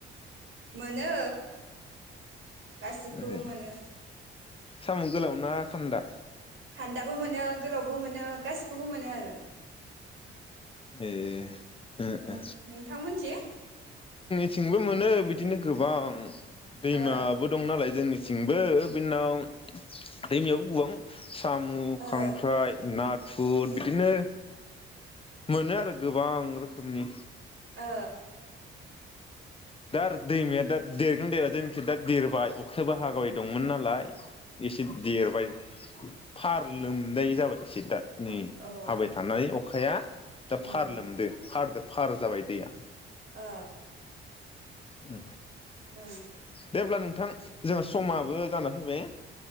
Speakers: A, on the right; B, on the left.
A: मोनो गासिखौबो
B: ए
A: मोनो।
B: साम' गोलाव ना खान्दा।
A: खान्दाबो मोनो गोलावबो मोनो गासिखौबो मोनो आरो।
B: ए। ओ
A: नों
B: ओ
A: नोंथांमोनथिं।
B: थिंबो मोनो बिदिनो गोबां। दैमाबो
A: ओ
B: दं नालाय जोंनि थिंबो बिनाव दैमायाव गोबां। साम',
A: ओ
B: खांख्राइ, ना। फु बिदिनो। मोनो आरो गोबां रोखोमनि।
A: ओ।
B: दा दैमाया दा देरगोन देरा जोंनिथिं दा देरबाय अखायाबो हागाबाय दंमोन नालाय। एसे देरबाय। फार लोमनाय जाबाय एसे दा। नै
A: ओ अ
B: हाबाय थानानै अखाया दा
A: उम
B: फार लोमदों फार फार जाबाय दैया।
A: ओ।
B: ओम।
A: ओम।
B: दे‌ अब्ला नोंथां। जोंहा समाबो। जाना फैबाय।